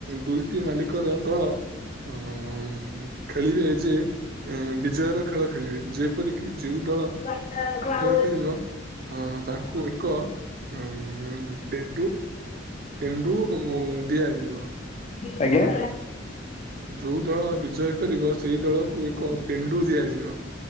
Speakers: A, on the right (about 50°); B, on the left (about 35°).
A: ଦୁଇଟି ମାଲିକର ଦଳ ଉଁ ଖଳିବେ ଯେ ଅ ବିଜୟର ଖେଳ ଖେଳିବେ ଯେପରିକି ଯୋଉ ଦଳ
B: ଆ କୁ ଆଉ
A: ହେଇ ପାରିବ ଅ ତାଙ୍କୁ ଏକ ଉଁ ପେଟୁ ପେଣ୍ଡୁ ଦିଆଯିବ।
B: ଆଜ୍ଞା।
A: ଯୋଉ ଦଳ ବିଜୟ କରିବ ସେଇ ଦଳକୁ ଏକ ପେଣ୍ଡୁ ଦିଆଯିବ।